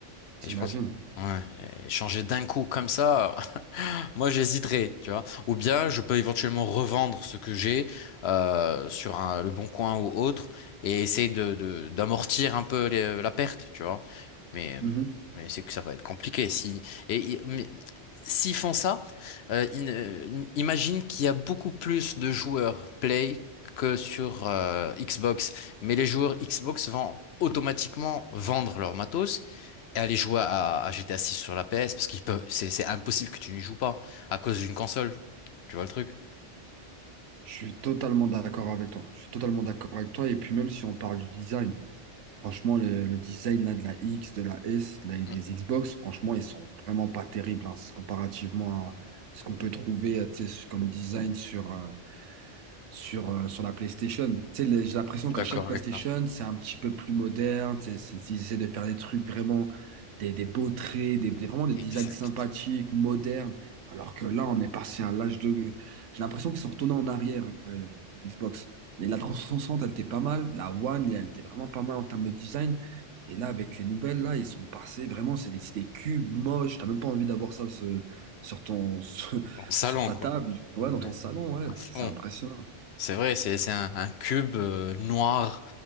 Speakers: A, on the right; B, on the left.
A: t'imagines?
B: Et je pense, ouais, et changer d'un coup comme ça. Moi, j'hésiterais, tu vois. Ou bien, je peux éventuellement revendre ce que j'ai euh, sur un, le Bon Coin ou autre et essayer de, de- d'amortir un peu les- euh, la perte, tu vois. Mais, euh,
A: Mhm.
B: mais c'est que ça va être compliqué. Si, et, i- mais s'ils font ça, euh, in- euh, in- imagine qu'il y a beaucoup plus de joueurs Play que sur euh, Xbox. Mais les joueurs Xbox vont automatiquement vendre leur matos et aller jouer à, à GTA 6 sur la PS parce qu'il peut, c'est c'est impossible que tu n'y joues pas à cause d'une console. Tu vois le truc?
A: Je suis totalement d'accord avec toi. Je suis totalement d'accord avec toi. Et puis même si on parle du design. Franchement, le, le design là, de la X, de la S, de la- des
B: Mm,
A: Xbox, franchement, ils sont vraiment pas terribles hein, c'est comparativement à ce qu'on peut trouver euh, tu sais, comme design sur, euh, sur, euh, sur la PlayStation. Tu sais, les- j'ai l'impression
B: Je suis
A: qu'à
B: d'accord
A: chaque PlayStation,
B: avec toi.
A: c'est un petit peu plus moderne. tu sais, c'est- Ils essaient de faire des trucs vraiment, des, des beaux traits, des, des- vraiment des designs
B: Exact.
A: sympathiques, modernes. Alors que là, on est passé à l'âge de... J'ai l'impression qu'ils sont retournés en arrière, euh, Xbox. Et la 360, elle était pas mal. La One, elle était vraiment pas mal en termes de design. Et là, avec les nouvelles, là, ils sont passés vraiment, c'est des, c'est des cubes moches. T'as même pas envie d'avoir ça ce- sur ton, <laughs>
B: Au salon,
A: sur ta
B: quoi.
A: table, ouais, dans
B: Ouais,
A: ton salon, ouais,
B: à fond.
A: c'est c'est impressionnant.
B: C'est vrai, c'est c'est un, un cube euh, noir